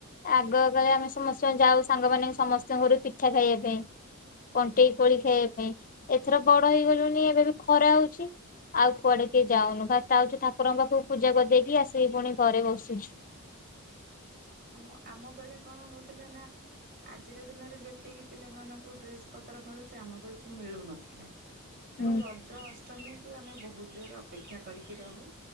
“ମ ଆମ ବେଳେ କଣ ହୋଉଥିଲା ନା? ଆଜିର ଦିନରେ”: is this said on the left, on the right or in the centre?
Right